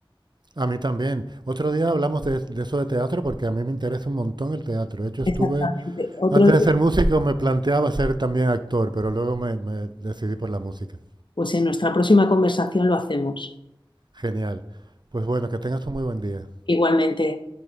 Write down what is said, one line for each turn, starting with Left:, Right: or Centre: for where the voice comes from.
Right: A mí también. Otro día hablamos de, de eso de teatro porque a mí me interesa un montón el teatro. De hecho,
Left: Exactamente.
Right: estuve,
Left: Otro
Right: antes de
Left: día,
Right: ser músico me planteaba ser también actor, pero luego me, me decidí por la música.
Left: pues en nuestra próxima conversación lo hacemos.
Right: Genial. Pues bueno, que tengas un muy buen día.
Left: Igualmente.